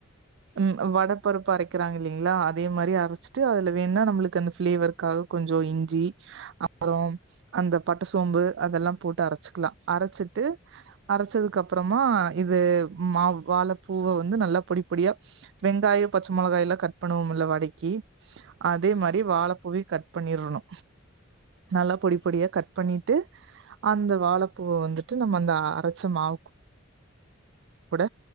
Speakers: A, on the left; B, on the right.
A: செரிங்க
B: ம் வட பருப்பு அரைக்கிறாங்க இல்லீங்ளா அதே மாரி அரச்சுட்டு அதுல வேண்ணா நம்மளுக்கு அந்த ஃபிளேவருக்காக கொஞ்சோ இஞ்சி அப்பறோ அந்த பட்ட சோம்பு அதெல்லா போட்டு அரச்சுக்லா அரச்சிட்டு அரச்சதுக்கு அப்றமா இது மாவ் வாழப்பூவ வந்து நல்லா பொடி பொடியா வெங்காயோ பச்ச மொளகாயெல்லா கட் பண்ணுவோமுல்ல வடைக்கி அதே
A: ஆமாங்க
B: மாரி வாழப்பூவயு கட் பண்ணிறணு நல்லா
A: செரி
B: பொடி பொடியா கட் பண்ணிட்டு அந்த வாழப்பூவ வந்துட்டு நம்ம அந்த அரச்ச மாவு கூட